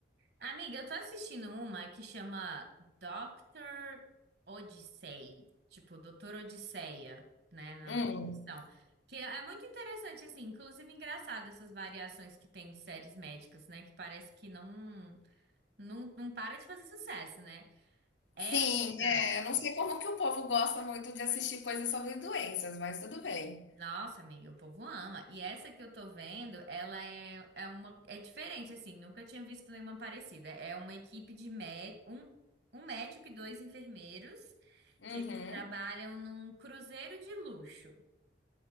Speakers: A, on the right; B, on the left.
A: Amiga, eu tô assistindo uma que chama Dr. Odyssey, tipo Doutor Odisseia, né, na
B: Hum.
A: tradução. Que é muito interessante assim, inclusive engraçado essas variações que tem de séries médicas, né, que parece que não não, não para de fazer sucesso, né? Essa
B: Sim, é, eu não sei como que o povo gosta muito de assistir coisas sobre doenças, mas tudo bem.
A: Nossa, amiga, o povo ama. E essa que eu tô vendo, ela é, é uma é diferente assim, nunca tinha visto nenhuma parecida. É uma equipe de mé um, um médico e dois enfermeiros
B: Uhum.
A: que eles trabalham num cruzeiro de luxo.